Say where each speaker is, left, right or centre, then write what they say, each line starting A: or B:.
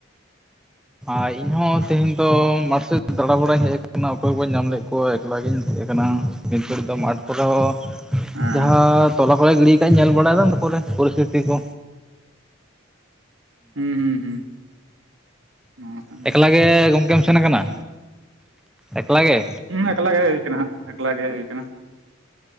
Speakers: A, in the centre; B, on the right (about 75°).
A: ᱟᱭ ᱤᱧᱦᱚᱸᱛ ᱛᱮᱦᱮᱸᱧ ᱫᱚ ᱢᱟᱴ ᱥᱮᱫ ᱫ ᱛᱮᱹᱦᱮᱹᱧ ᱫᱚ ᱢᱟᱴ ᱥᱮᱡ ᱫᱟᱬᱟ-ᱵᱟᱲᱟᱧ ᱦᱮᱡ ᱟᱠᱟᱱᱟ ᱚᱠᱚᱭ ᱵᱟᱹᱧ ᱧᱟᱢ ᱞᱮᱫ ᱠᱚᱣᱟ ᱮᱠᱞᱟ ᱜᱮᱧ ᱦᱮᱡ ᱟᱠᱟᱱᱟ, ᱱᱤᱛ ᱫᱷᱟᱹᱵᱤᱡ ᱫᱚ ᱢᱟᱴᱹᱹᱹ ᱾ ᱛᱟᱯᱚᱨᱮ <unintelligible> ᱦᱚᱸ ᱦ ᱦᱮᱞᱳ
B: ᱦᱮᱸ
A: ᱡᱟᱦᱟᱸ ᱛᱚᱞᱟ ᱠᱚᱞᱮ ᱜᱤᱲᱤ ᱟᱠᱟᱡ-ᱟ ᱧᱮᱞ ᱵᱟᱲᱟᱭᱮᱫᱟ ᱯᱚᱨᱮ ᱯᱚᱨᱤᱥᱛᱷᱤᱛᱤ ᱠᱚ,
B: ᱦᱩᱸ- ᱦᱩᱸ- ᱦᱩᱸ ᱱᱚᱣᱟ ᱠᱟᱱ ᱜᱮᱭᱟ᱾
A: ᱮᱠᱞᱟ ᱜᱮ ᱜᱚᱝᱠᱮᱢ ᱥᱮᱱ ᱟᱠᱟᱱᱟ, ᱮᱠᱞᱟ ᱜᱮ?
B: ᱦᱩᱸ ᱮᱠᱞᱟᱜᱮ ᱦᱮᱡ ᱦᱳᱭ ᱟᱠᱟᱱᱟ, ᱮᱠᱞᱟ ᱜᱮ ᱦᱮᱡ ᱦᱳᱭ ᱟᱠᱟᱱᱟ ᱾